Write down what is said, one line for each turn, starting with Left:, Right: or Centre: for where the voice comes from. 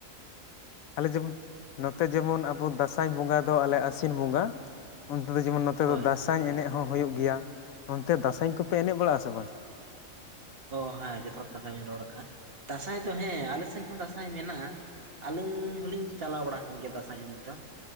Left: ᱟᱞᱮ ᱡᱮᱢᱚᱱ ᱱᱚᱛᱮ ᱡᱮᱢᱚᱱ ᱟᱵᱚ ᱫᱟᱥᱟᱸᱭ ᱵᱚᱸᱜᱟ ᱫᱚ ᱟᱞᱮ ᱟᱹᱥᱤᱱ ᱵᱚᱸᱜᱟ᱾ ᱚᱱᱛᱮ ᱫᱚ ᱡᱮᱢᱚᱱ ᱱᱚᱛᱮ
Right: ᱦᱳᱭ
Left: ᱫᱚ ᱫᱟᱥᱟᱸᱭ ᱮᱱᱮᱡ ᱦᱚᱸ ᱦᱳᱭᱳᱜ ᱜᱮᱭᱟ᱾ ᱚᱱᱛᱮ ᱫᱟᱥᱟᱧ ᱠᱚᱯᱮ ᱮᱱᱮᱡ ᱵᱟᱲᱟᱜᱼᱟ ᱥᱮ ᱵᱟᱝ?
Right: ᱚ ᱦᱮᱸ ᱡᱚᱛᱷᱟᱛ ᱠᱟᱛᱷᱟ ᱵᱮᱱ ᱨᱚᱲ ᱟᱠᱟᱫᱟᱼᱟ᱾ ᱫᱟᱥᱟᱸᱭ ᱫᱚ ᱦᱮᱸ ᱟᱞᱮ ᱥᱮᱱ ᱦᱚᱸ ᱫᱟᱥᱟᱸᱭ ᱢᱮᱱᱟᱜᱼᱟ᱾ ᱟᱹᱞᱤᱧ ᱦᱚᱸᱞᱤᱧ ᱪᱟᱞᱟᱣ ᱵᱟᱲᱟ ᱟᱠᱟᱱ ᱜᱮᱭᱟ ᱫᱟᱥᱟᱸᱭ ᱮᱱᱮᱡ ᱫᱚ,